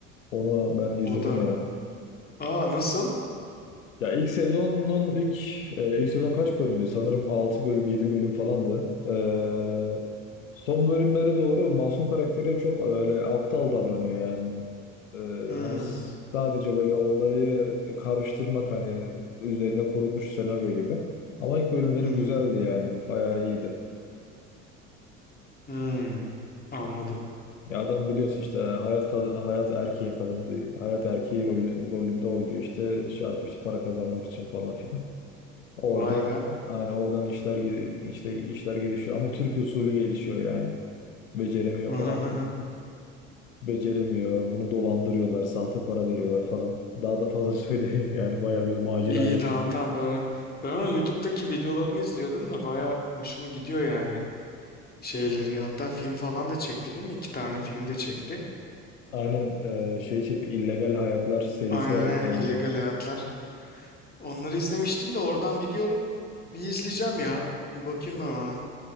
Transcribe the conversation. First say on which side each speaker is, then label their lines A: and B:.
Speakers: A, on the left (about 80°); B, on the left (about 25°).
A: Onu ben izledim
B: O da
A: ya.
B: Aa nasıl?
A: Ya ilk sezonun ilk e, ilk sezon kaç bölümdü? Sanırım 6 bölüm 7 bölüm falandı. Ee, son bölümlere doğru Masum karakteri çok öyle aptal davranıyor yani. Ee,
B: Hmm.
A: hani s- sadece böyle olayı karıştırmak hani üzerine kurulmuş senaryo gibi. Ama ilk bölümleri
B: Hı hı.
A: güzeldi yani. Bayağı iyiydi.
B: Hmm. Anladım.
A: Ya adam biliyorsun işte hayat kad- hayat erkeği kadın değil. Hayat erkeği rolü, rolünde oynuyor işte şey yapıyor işte para kazanmak için falan filan. Oradan
B: Vay be.
A: yani oradan işler ge- işte işler gelişiyor ama Türk usulü gelişiyor yani. Beceremiyor
B: <laughs>
A: falan filan. Beceremiyor. Bunu dolandırıyorlar, sahte para veriyorlar falan. Daha da fazla <laughs> söyleyeyim yani bayağı bir macera
B: İyi
A: yaşıyor.
B: tamam tamam ben onu, ben onun YouTube'daki videolarını izliyordum da baya hoşuma gidiyor yani şeyleri. Hatta film falan da çekti değil mi? İki tane film de çekti.
A: Aynen e, şey çekti illegal Hayatlar serisi
B: Aynen
A: var iki
B: aynen
A: tane.
B: illegal hayatlar. Onları izlemiştim de oradan biliyorum. Bir izleyeceğim ya. Bir bakayım ben ona.